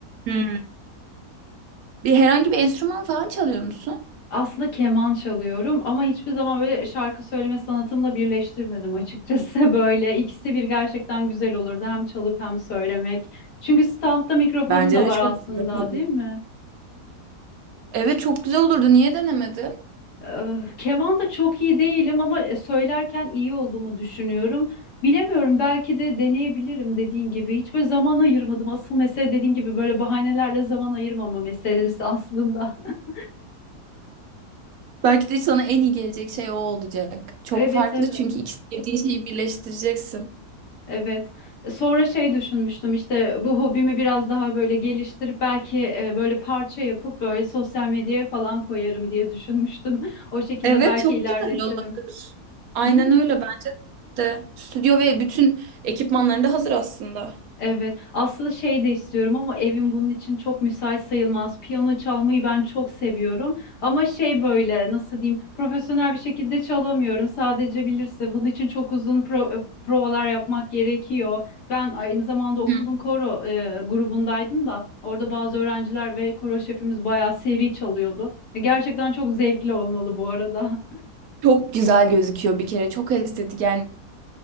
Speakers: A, on the right (about 70°); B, on the left (about 80°).
A: Hmm. Bir herhangi bir enstrüman falan çalıyor musun?
B: Aslında keman çalıyorum ama hiçbir zaman böyle şarkı söyleme sanatımla birleştirmedim açıkçası. <laughs> Böyle ikisi bir gerçekten güzel olurdu. Hem çalıp hem söylemek. Çünkü standta mikrofonum
A: Bence
B: da
A: de
B: var
A: çok
B: aslında,
A: güzel olur.
B: değil mi?
A: Evet çok güzel olurdu. Niye denemedin?
B: Eh, Keman da çok iyi değilim ama e, söylerken iyi olduğumu düşünüyorum. Bilemiyorum belki de deneyebilirim dediğin gibi. Hiç böyle zaman ayırmadım. Asıl mesele dediğin gibi böyle bahanelerle zaman ayırmama meselesi aslında. <laughs>
A: Belki de sana en iyi gelecek şey o olacak. Çok
B: Evet
A: farklı
B: evet
A: çünkü iki sevdiğin şeyi birleştireceksin.
B: evet. E, Sonra şey düşünmüştüm işte bu hobimi biraz daha böyle geliştirip belki e, böyle parça yapıp böyle sosyal medyaya falan koyarım diye düşünmüştüm. <laughs> O şekilde
A: Evet
B: belki
A: çok
B: ilerletirim.
A: güzel. olur. Aynen
B: Değil mi?
A: öyle bence. de. Stüdyo ve bütün ekipmanların da hazır aslında.
B: Evet. Aslında şey de istiyorum ama evim bunun için çok müsait sayılmaz. Piyano çalmayı ben çok seviyorum. Ama şey böyle nasıl diyeyim profesyonel bir şekilde çalamıyorum. Sadece bilirse bunun için çok uzun pro- provalar yapmak gerekiyor. Ben aynı zamanda okulun
A: Hı.
B: koro e, grubundaydım da orada bazı öğrenciler ve koro şefimiz bayağı seri çalıyordu. Gerçekten çok zevkli olmalı bu arada.
A: Çok güzel gözüküyor bir kere. Çok estetik yani.